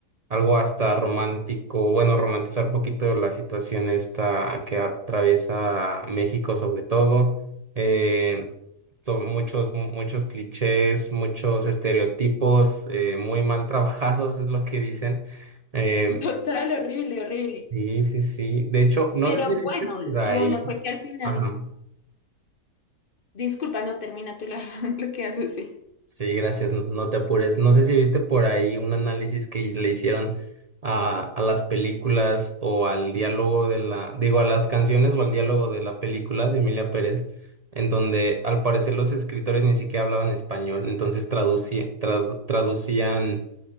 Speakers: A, on the right; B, on the left.
A: algo hasta romántico, bueno, romantizar un poquito la situación esta que atraviesa México sobre todo. Eh, son muchos, mu- muchos clichés, muchos estereotipos eh, muy mal trabajados, <laughs> es lo que dicen. Em,
B: <laughs> Total, horrible, horrible.
A: sí, sí, sí. De hecho, no
B: Pero
A: sé si viste
B: bueno,
A: por ahí.
B: lo bueno fue que al final,
A: Ajá.
B: disculpa, no termina tú la- <laughs> lo que haces, sí.
A: Sí, gracias, no, no te apures. No sé si viste por ahí un análisis que le hicieron a, a las películas o al diálogo de la, digo, a las canciones o al diálogo de la película de Emilia Pérez, en donde al parecer los escritores ni siquiera hablaban español, entonces traducía- trad- traducían